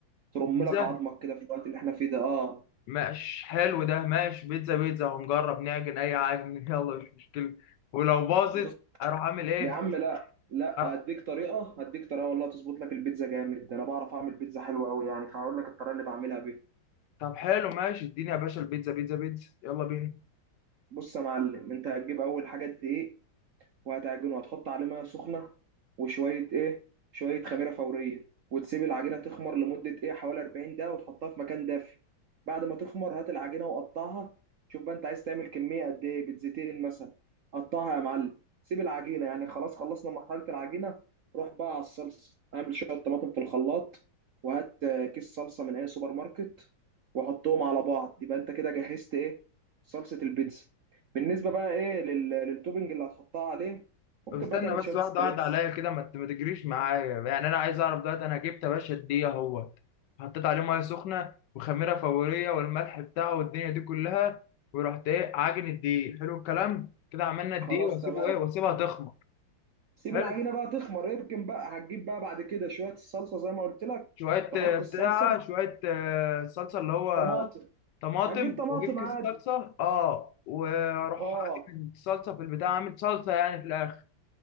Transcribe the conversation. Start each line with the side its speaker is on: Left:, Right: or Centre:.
Right: ترم
Left: بيتزا
Right: لك عظمك كده في الوقت اللي احنا فيه ده اه
Left: ماشي حلو ده ماشي بيتزا بيتزا هنجرب نعجن اي عجن <laughs> يلا مش مشكلة ولو باظت
Right: بص
Left: اروح اعمل ايه
Right: يا عم لا لا
Left: أر...
Right: هديك طريقه هديك طريقه والله تظبط لك البيتزا جامد ده انا بعرف اعمل بيتزا حلوه قوي يعني فهقول لك الطريقه اللي بعملها بيها
Left: طب حلو ماشي اديني يا باشا البيتزا بيتزا بيتزا يلا بينا
Right: بص يا معلم انت هتجيب اول حاجه دقيق وهتعجنه وهتحط عليه ميه سخنه وشويه ايه شويه خميره فوريه وتسيب العجينه تخمر لمده ايه حوالي 40 دقيقه وتحطها في مكان دافي بعد ما تخمر هات العجينه وقطعها شوف بقى انت عايز تعمل كميه قد ايه بيتزتين مثلا قطعها يا معلم سيب العجينه يعني خلاص خلصنا مرحله العجينه روح بقى على الصلصه اعمل شويه طماطم في الخلاط وهات آه، كيس صلصه من اي سوبر ماركت وحطهم على بعض يبقى انت كده جهزت ايه صلصه البيتزا بالنسبه بقى ايه لل... للتوبنج اللي هتحطها عليه ممكن
Left: طب استنى
Right: بقى تعمل
Left: بس
Right: شويه
Left: واحدة
Right: ستريبس
Left: واحدة عليا كده ما ت- ما تجريش معايا يعني انا عايز اعرف دلوقتي انا جبت يا باشا الدقيق اهوت حطيت عليه ميه سخنة وخميرة فورية والملح بتاعه والدنيا دي كلها ورحت ايه عاجن الدقيق حلو الكلام كده عملنا الدقيق
Right: خلاص
Left: واسيبه
Right: تمام
Left: ايه واسيبها تخمر
Right: سيب
Left: حلو
Right: العجينه بقى تخمر اركن بقى هتجيب بقى بعد كده شويه الصلصه زي ما قلت لك
Left: شوية
Right: تحط
Left: آه، بتاع
Right: الصلصه
Left: شوية آه، صلصة اللي هو
Right: طماطم
Left: طماطم
Right: هتجيب طماطم
Left: واجيب كيس
Right: عادي
Left: صلصه اه واروح
Right: اه
Left: اجيب الصلصه في البتاع اعمل صلصه يعني في الاخر